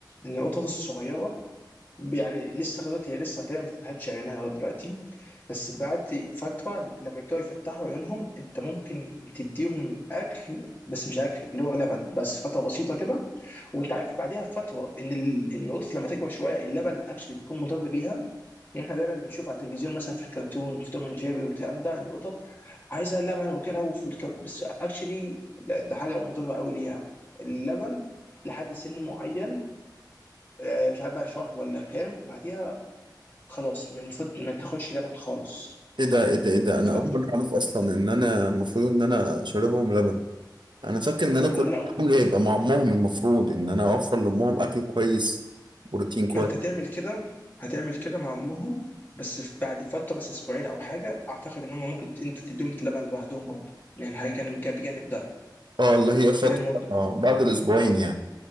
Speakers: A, on the left (about 25°); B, on the right (about 80°).
A: إن القطط الصغيرة يعني لسه لغايه دلوقتي هي لسه تقريبا ما فتحتش عينها لغايه دلوقتي بس بعد فتره لما يبداوا يفتحوا عيونهم انت ممكن تديهم اكل بس مش اكل اللي هو لبن بس فتره بسيطه كده وانت عارف بعديها بفتره ان ال... ان القطط لما تكبر شويه اللبن اكشلي بيكون مضر ليها يعني احنا دايما بنشوف على التلفزيون مثلا في الكرتون في توم اند جيري والكلام ده ان القطط عايزه لبن وكده وفي الك... بس اكشلي ده حاجه مضره قوي ليها اللبن لحد سن معين آه، مش عارف بقى شهر ولا كام بعديها خلاص من المفروض ما تاخدش لبن خالص
B: ايه ده ايه ده ايه ده انا
A: فدي
B: اول مره اعرف اصلا ان انا المفروض ان انا شاربهم لبن انا فاكر ان انا كل
A: اللي انا
B: حمل هيبقى مع امهم المفروض ان انا اوفر لامهم اكل كويس بروتين كويس
A: ما انت تعمل كده هتعمل كده مع امهم بس في بعد فتره مثلا اسبوعين او حاجه اعتقد ان هم ممكن ت- انت تديهم لبن لوحدهم برضه يعني حاجه جانب بجانب ده
B: اه اللي هي فتره
A: الموضوع
B: آه بعد الاسبوعين يعني